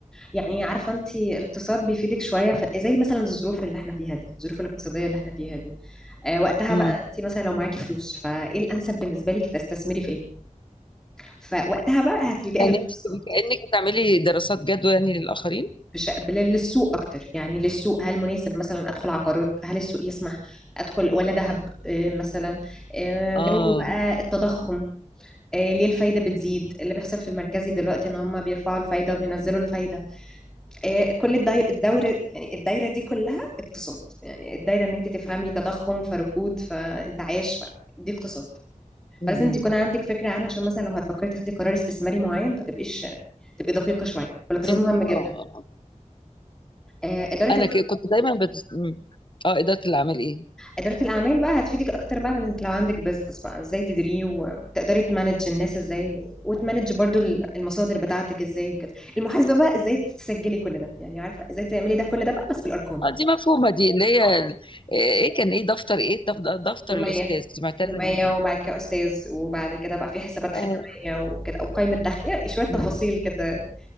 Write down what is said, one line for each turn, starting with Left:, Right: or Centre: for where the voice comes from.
Centre: يعني عارفة أنت الاقتصاد بيفيدك شوية في زي مثلا الظروف اللي احنا فيها دي الظروف الاقتصادية اللي احنا فيها دي آه وقتها
Left: امم
Centre: بقى أنت مثلا لو معاكي فلوس فإيه الأنسب بالنسبة لك تستثمري في إيه فوقتها بقى هتلجأي
Left: يعني
Centre: للاقتصاد
Left: انت بتبقي كانك بتعملي دراسات جدوى يعني للاخرين
Centre: بش... بل- للسوق اكتر يعني للسوق هل مناسب مثلا ادخل عقارات هل السوق يسمح ادخل ولا ذهب آه، مثلا آه،
Left: اه
Centre: جو بقى التضخم آه، ليه الفايده بتزيد اللي بيحصل في المركزي دلوقتي ان هم بيرفعوا الفايده وبينزلوا الفايده آه، كل الدي- الدوره يعني الدايره دي كلها اقتصاد يعني الدايره ان انت تفهمي تضخم فركود فانتعاش ف... دي اقتصاد
Left: امم
Centre: فلازم تكون عندك فكره عنها عشان مثلا لو هتفكري تاخدي قرار استثماري معين ما تبقيش تبقي دقيقه شويه فالاقتصاد
Left: فهمتك.
Centre: مهم جدا
Left: اه آه، آه.
Centre: آه، اداره
Left: انا ك- كنت دايما بت... مم. اه اداره الاعمال ايه
Centre: إدارة الأعمال بقى هتفيدك أكتر بقى من إنك لو عندك بيزنس بقى إزاي تديريه وتقدري تمانج الناس إزاي وتمانج برضو المصادر بتاعتك إزاي وكده المحاسبة بقى إزاي تسجلي كل ده يعني عارفة إزاي تعملي ده كل ده بقى بس بالأرقام
Left: اه دي مفهومة دي اللي هي
Centre: اه
Left: ال- آه، ايه كان ايه دفتر ايه دف- دفتر
Centre: يومية
Left: الأستاذ دي معتزة
Centre: يومية
Left: دي
Centre: وبعد كده أستاذ وبعد كده بقى في حسابات
Left: اه
Centre: ختامية وكده وقائمة دخل يعني شوية تفاصيل
Left: مم.
Centre: كده